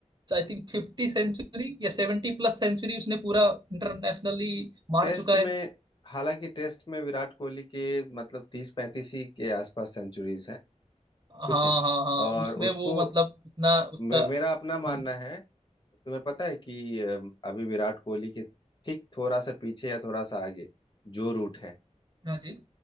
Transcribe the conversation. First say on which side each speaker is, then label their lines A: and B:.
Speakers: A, on the right; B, on the left.
A: आई थिंक फिफ्टी सेंचुरी या सेवेंटी प्लस सेंचुरी उसने पूरा इंटरनेशनली मार
B: टेस्ट
A: चुका है
B: में हालांकि टेस्ट में विराट कोहली के मतलब तीस पैंतीस ही के आसपास सेंचुरीज हैं
A: हाँ
B: ठीक है
A: हाँ हाँ
B: और
A: उसमें
B: उसको
A: वो मतलब उतना उसका
B: मे, मेरा अपना मानना
A: हम्म,
B: है तुम्हें पता है कि अ, अभी विराट कोहली के ठीक थोड़ा सा पीछे या थोड़ा सा आगे जो रूट है
A: हाँ जी